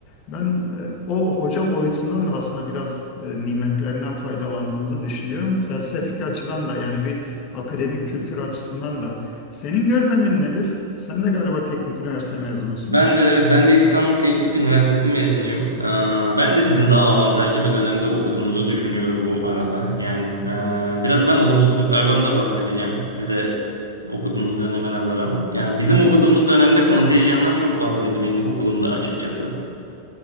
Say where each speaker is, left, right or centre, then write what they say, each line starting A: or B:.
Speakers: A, on the left; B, on the right.
A: Ben e, o hoca boyutundan da aslında biraz e, nimetlerinden faydalandığımızı düşünüyorum. Felsefik açıdan da yani bir akademik kültür açısından da senin gözlemin nedir? Sen de galiba teknik üniversite mezunusun.
B: Ben de evet, ben de İstanbul Teknik Üniversitesi mezunuyum. Aa, ben de sizin daha avantajlı bir dönemde okuduğunuzu düşünüyorum bu arada. Yani eee, biraz ben olumsuzluklardan da bahsedeceğim size okuduğunuz döneme nazaran. Yani bizim okuduğumuz dönemde kontenjanlar çok fazlaydı benim okulumda açıkçası.